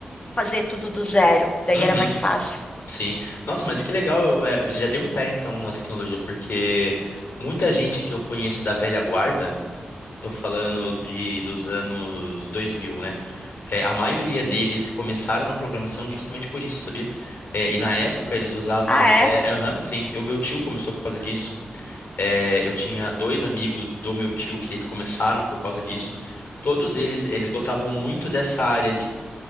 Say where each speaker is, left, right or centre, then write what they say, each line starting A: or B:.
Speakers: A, on the left; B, on the left.
A: fazer tudo do zero, daí
B: Uhum.
A: era mais fácil.
B: Sim. Nossa, mas que legal, é, você já tem um pé então na tecnologia, porque muita gente que eu conheço da velha guarda, tô falando de dos anos dois mil né? É, a maioria
A: Sim.
B: deles começaram na programação justamente por isso, sabia? É, e na época eles usavam
A: Ah,
B: até.
A: é?
B: Aham, sim. O meu tio começou por causa disso. É, eu tinha dois amigos do meu tio que começaram por causa disso. Todos eles, eles gostavam muito dessa área